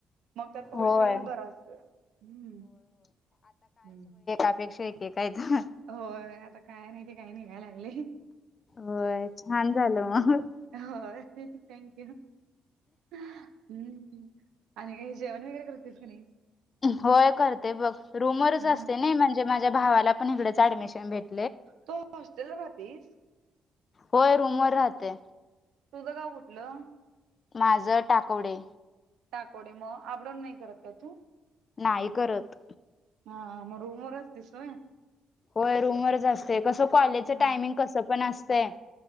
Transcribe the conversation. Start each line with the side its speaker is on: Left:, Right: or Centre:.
Right: मग त्यात पाऊलला
Left: होय
Right: बर असतो हम् हम्.
Left: अपेक्षा एके काय तर.
Right: होय आता काय नाही ते काही निघायला लागले.
Left: होय छान झालं मग.
Right: हो थँक यू हम्म. आणि काही जेवण वगैरे करतेच कण नाहीस.
Left: होय करते बघ रूमरच
Right: हा
Left: असते नाही म्हणजे माझ्या भावाला पण इकडेच ऍडमिशन भेटते.
Right: तू हॉस्टेल राहतेस.
Left: होय रूमवरर राहते.
Right: तुझं का कुठलं?
Left: माझं टाकवडे.
Right: टाकवडे मग आबडून नाही करत का तू..
Left: नाही करत.
Right: हा मग रूम वरच राहतीस होय.
Left: होय रूमवरच असते कसं कॉलेजचं
Right: हा
Left: टायमिंग कसं पण असतंय.